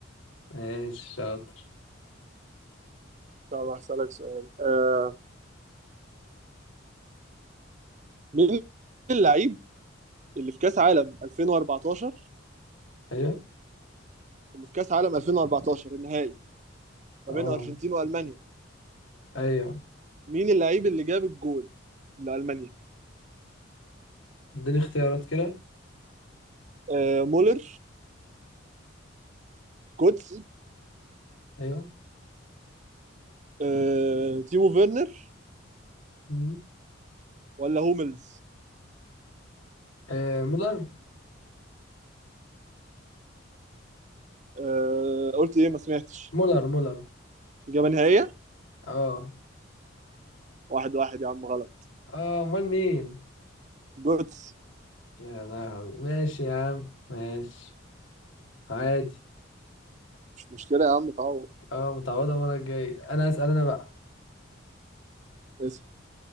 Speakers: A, on the left; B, on the right.
A: ماشي شاطر
B: طب هسألك سؤال آه مين اللعيب اللي في كأس عالم 2014
A: ايوه
B: اللي في كأس عالم 2014 النهائي ما
A: اه
B: بين أرجنتين وألمانيا
A: ايوه
B: مين اللعيب اللي جاب الجول لألمانيا
A: اديني اختيارات كده
B: آه مولر كوتس
A: ايوه
B: آه تيمو فيرنر
A: مم.
B: ولا هوملز
A: إيه مولر
B: آه قلت إيه ما سمعتش
A: مولر مولر
B: إجابة نهائية
A: اه
B: واحد واحد يا عم غلط
A: اه امال مين
B: جوتس
A: يا لهوي ماشي يا عم ماشي عادي
B: مش مشكلة يا عم تعوض
A: اه متعوضة المرة الجاية انا اسأل انا بقى
B: اسف.